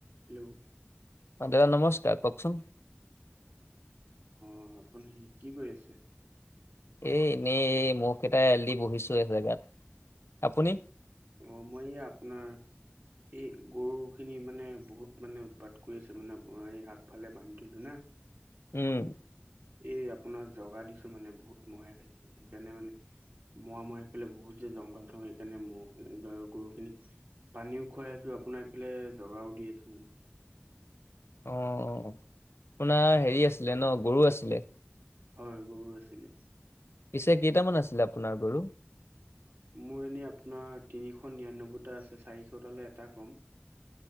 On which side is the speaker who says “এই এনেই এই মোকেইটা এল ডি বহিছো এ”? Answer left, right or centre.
Left